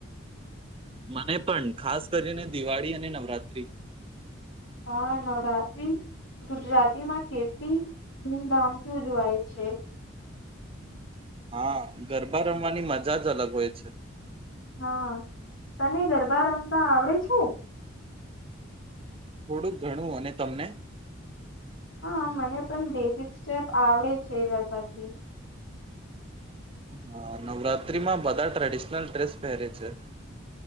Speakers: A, on the right; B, on the left.
A: મને પણ ખાસ કરીને દિવાળી અને નવરાત્રી
B: હા નવ રાત્ર્રી ગુજરાતી માં કેટલી ધૂમધામથી ઉજવાય છે
A: હા ગરબા રમવાની મજા જ અલગ હોય છે
B: હા તને ગરબા રમતા આવડે છે
A: થોડુંક ઘણું અને તમને
B: હા મને પણ બેસિક સ્ટેપ આવડે છે ગરબાથી
A: હા નવરાત્રીમાં બધા ટ્રેડિશનલ ડ્રેસ પહેરે છે